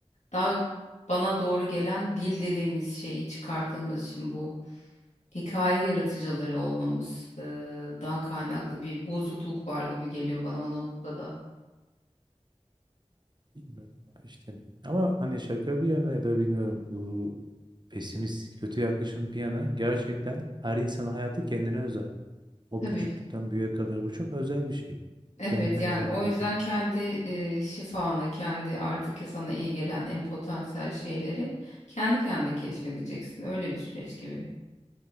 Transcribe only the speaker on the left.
daha bana doğru gelen dil dediğimiz şeyi çıkarttığımız için bu hikaye yaratıcıları olmamızdan kaynaklı bir bozukluk var gibi geliyor bana o noktada.
Tabii
ki.
Evet
yani o
yüzden kendi e, şifanı, kendi artık sana iyi gelen en potansiyel şeyleri kendi kendine keşfedeceksin. Öyle bir süreç gibi.